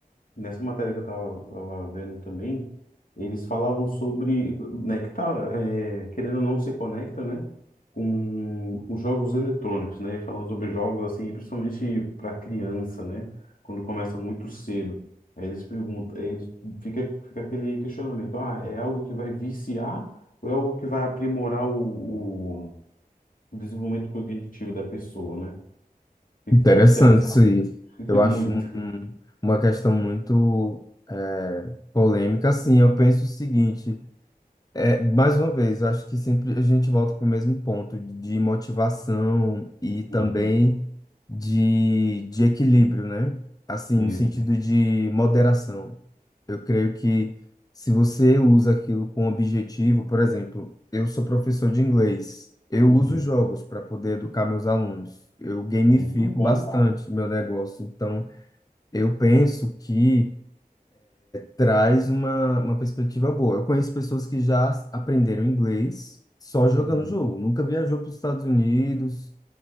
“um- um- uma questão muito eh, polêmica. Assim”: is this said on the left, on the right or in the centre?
Left